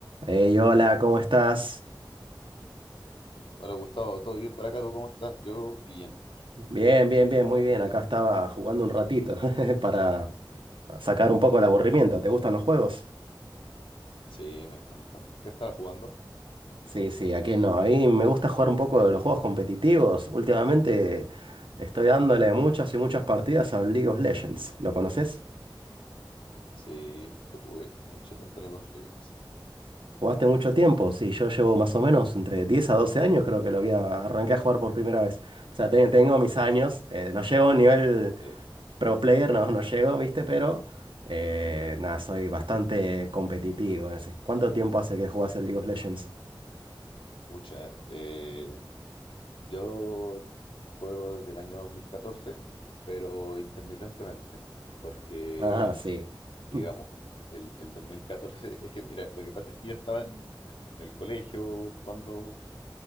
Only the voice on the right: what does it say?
Hey, hola, ¿cómo estás?
Bien, bien, bien, muy bien. Acá estaba jugando un ratito <laughs> para sacar un poco el aburrimiento. ¿Te gustan los juegos?
Sí, sí, aquí no. A mí me gusta jugar un poco de los juegos competitivos. Últimamente estoy dándole muchas y muchas partidas a League of Legends. ¿Lo conoces?
¿Jugaste mucho tiempo? Sí, yo llevo más o menos entre 10 a 12 años, creo que lo había arranqué a jugar por primera vez. O sea, te- tengo mis
años, eh, no llego a un nivel
pro player, no, no llego, ¿viste? Pero eh, nada, soy bastante competitivo. en ese. ¿Cuánto tiempo hace que jugás el League of Legends?
Ah, sí.
<laughs>